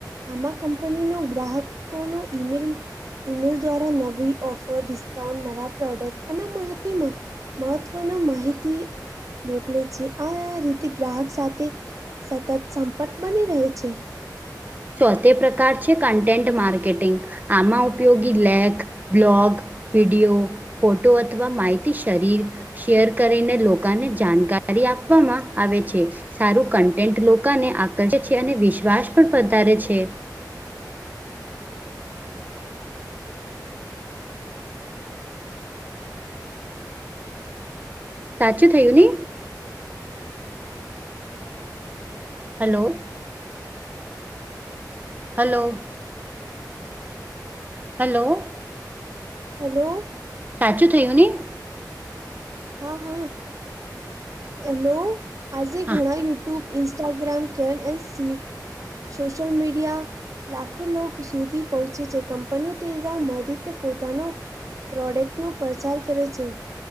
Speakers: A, on the right (about 45°); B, on the right (about 25°).
A: આમાં કંપનીનો ગ્રાહકોનું ઈમેલ ઈમેલ દ્વારા નવી ઓફર ડિસ્કાઉન્ટ નવા પ્રોડક્ટ અને <unintelligible> મહત્વની માહિતી મોકલે છે આ રીતે થી ગ્રાહક સાથે સતત સંપર્ક બની રહે છે.
B: ચોથે પ્રકાર છે કન્ટેન્ટ માર્કેટિંગ આમાં ઉપયોગી લેગ બ્લોગ વિડિયો ફોટો અથવા માહિતી શરીર શેર કરીને લોકોને જાણકારી આપવામાં આવે છે. સારું કન્ટેન્ટ લોકોને આકર્ષે છે અને વિશ્વાસ પણ વધારે છે. સાચું થયું ને હલો. હલો. હલો.
A: હેલો.
B: સાચું થયું ને.
A: હા હા હેલો આજે ઘણા
B: હા
A: યુટ્યુબ ઇસ્ટાગ્રામ કેન એ સી સોશલ મીડિયા લાખો લોકો સુધી પહોંચે છે કંપની તે જા માધદને પોતાનો- પ્રોડક્ટનો પ્રચાર કરે છે.